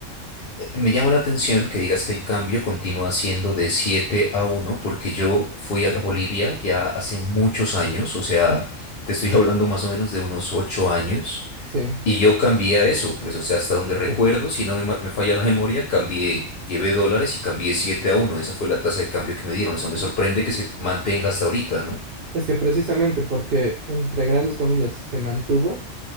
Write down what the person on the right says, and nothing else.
Ujú.
Sí,
sí.
Es que precisamente porque entre grandes comillas se mantuvo,